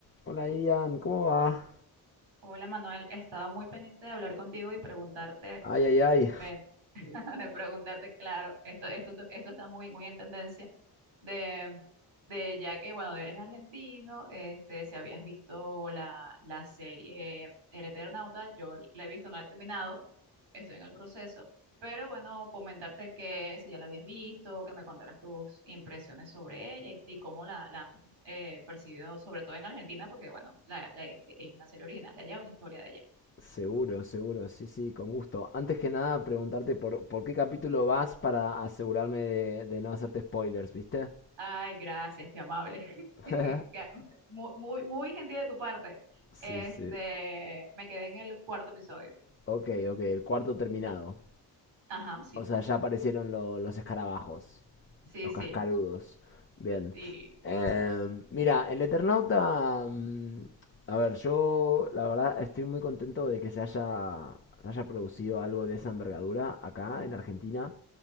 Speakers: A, on the left; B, on the right.
A: Hola Irian, ¿cómo va?
B: Hola Manuel, estaba muy pendiente de hablar contigo y preguntarte,
A: Ay, ay, ay.
B: bueno, <laughs> de preguntarte, claro, esto, esto, esto está muy, muy en tendencia, de, de ya que, bueno, eres argentino, este, si habías visto la, la serie El Eternauta, yo la he visto, no la he terminado, estoy en el proceso, pero bueno, comentarte que si ya la habías visto, que me contaras tus impresiones sobre ella y, y cómo la, la han eh, percibido, sobre todo en Argentina, porque bueno, la, la- es una serie original de allá, una historia de allá.
A: Seguro, seguro, sí, sí, con gusto. Antes que nada, preguntarte por, por qué capítulo vas para asegurarme de, de no hacerte spoilers, ¿viste?
B: Ay, gracias, qué amable. <laughs>
A: <laughs>
B: Qué- Muy, muy, muy gentil de tu parte.
A: Sí,
B: Este,
A: sí.
B: me quedé en el cuarto episodio.
A: Ok, ok, el cuarto terminado.
B: Ajá, sí.
A: O sea, ya aparecieron lo- los escarabajos.
B: Sí,
A: Los
B: sí,
A: cascarudos. Bien.
B: sí.
A: Eh, mira, el Eternauta. mm, A ver, yo la verdad estoy muy contento de que se haya, se haya producido algo de esa envergadura acá en Argentina.